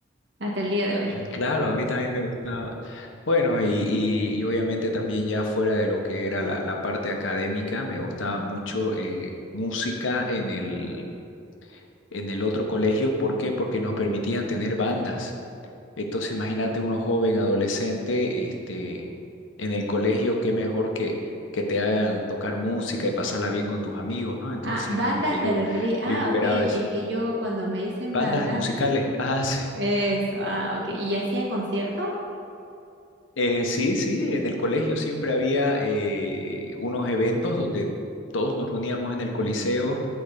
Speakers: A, on the right; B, on the left.
A: hasta el día de hoy.
B: Claro, a mí también me gustaba. Bueno, y, y- y obviamente también ya fuera de lo que era la, la parte académica, me gustaba mucho eh, música en el, en el otro colegio. ¿Por qué? Porque nos permitían tener bandas. Entonces, imagínate uno joven, adolescente, este, en el colegio, qué mejor que, que te hagan tocar música y pasarla bien con tus amigos, ¿no? Entonces,
A: Ah, bandas
B: como que yo,
A: te referí. Ah,
B: yo esperaba
A: ok, es
B: eso.
A: que yo cuando me dicen
B: Bandas
A: bandas,
B: musicales, ah, sí.
A: eso, ah, ok. ¿Y hacían conciertos?
B: Eh, sí, sí, en el colegio siempre había eh, unos eventos donde todos nos reuníamos en el Coliseo